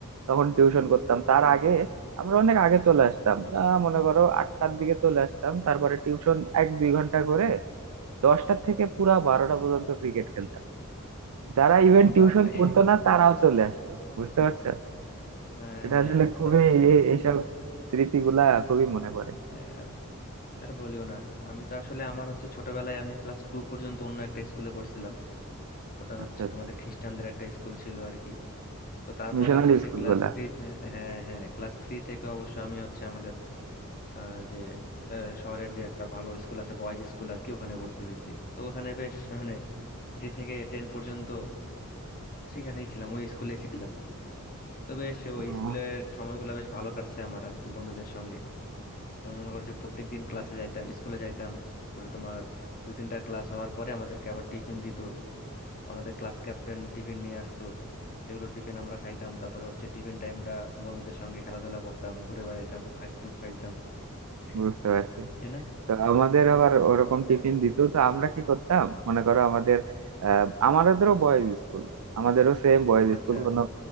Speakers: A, on the right; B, on the left.
A: তখন টিউশন করতাম তার
B: হুম
A: আগে আমরা অনেক আগে চলে আসতাম আহ, মনে করো আটটার দিকে চলে আসতাম তারপরে টিউশন এক দুই ঘন্টা করে দশটার থেকে পুরা বারোটা পর্যন্ত ক্রিকেট খেলতাম যারা ইভেন টিউশন
B: বাপরে
A: পড়তো না তারাও চলে আসতো বুঝতে পারছো
B: হ্যাঁ
A: এটা
B: হ্যাঁ
A: আসলে
B: বুঝতে
A: খুবই
B: পারছি আমি
A: এ- এসব স্মৃতিগুলা খুবই মনে পড়ে
B: হ্যাঁ, আর আর বলিও না আমি তো আসলে আমার হচ্ছে ছোটবেলায় আমি ক্লাস টু পর্যন্ত অন্য একটা স্কুলে পড়ছিলাম ওটা হচ্ছে
A: আচ্ছা আচ্ছা
B: তোমাদের খ্রিস্টানদের একটা স্কুল ছিল আর কি তো তারপরে
A: মিশনারি
B: হচ্ছে
A: স্কুল
B: ক্লাস
A: গুলা
B: থ্রি হ্যাঁ হ্যাঁ ক্লাস থ্রি থেকে অবশ্য আমি হচ্ছে আমাদের আহ, যে আহ, শহরের যে একটা ভালো স্কুল আছে বয়েজ স্কুল আর কি ওখানে ভর্তি হয়েছি তো ওখানে বেশ মানে থ্রি থেকে টেন পর্যন্ত সেখানেই ছিলাম ওই স্কুলে ছিলাম তো বেশ ওই
A: ও,
B: স্কুলের সময়গুলো বেশ ভালো কাটছে আমার আর কি বন্ধুদের সঙ্গে আমার মনে করো যে প্রত্যেক দিন ক্লাসে যাইতাম স্কুলে যাইতাম তারপরে তোমার দু তিনটা ক্লাস হওয়ার পরে আমাদেরকে আবার টিফিন দিত আমাদের ক্লাস ক্যাপ্টেন টিফিন নিয়ে আসতো এগুলো টিফিন আমরা খাইতাম তারপরে হচ্ছে টিফিন টাইমটা বন্ধুদের সঙ্গে খেলাধুলা করতাম ঘুরে বেড়াইতাম আইসক্রিম খাইতাম <laughs>
A: বুঝতে পারছি
B: তাই না
A: তো আমাদের আবার ওরকম
B: হ্যাঁ
A: টিফিন দিত তো আমরা কি করতাম মনে করো আমাদের আহ আমাদেরও বয়েজ স্কুল আমাদেরও সেম বয়েজ
B: আচ্ছা
A: স্কুল কোনো